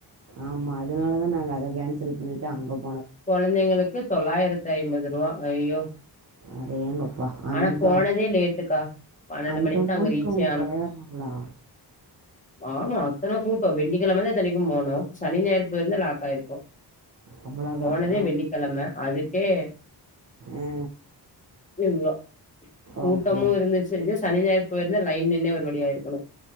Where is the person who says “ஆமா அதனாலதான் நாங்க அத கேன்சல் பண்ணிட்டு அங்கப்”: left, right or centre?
Right